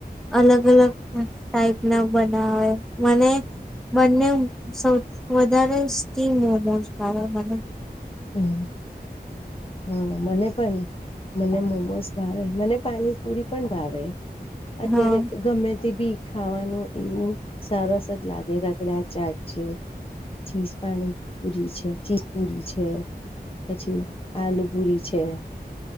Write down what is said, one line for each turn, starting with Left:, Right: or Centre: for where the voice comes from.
Centre: અલગ અલગ ટઇપ ના બનાવે મને બને સૌ વધારે સીમ મોમો ભાવે મને
Left: હમ્મ હા મને પણ મને મોમોસ ભાવે મને પાણીપુરી પણ ભાવે અત્યારે
Centre: હા
Left: તો ગમે તે બી ખાવાનું એવું સરસ જ લાગે રગડા ચાટ છે ચીઝ પાણી પુરી છે ચીજ પુરી છે. પછી આલુ પુરી છે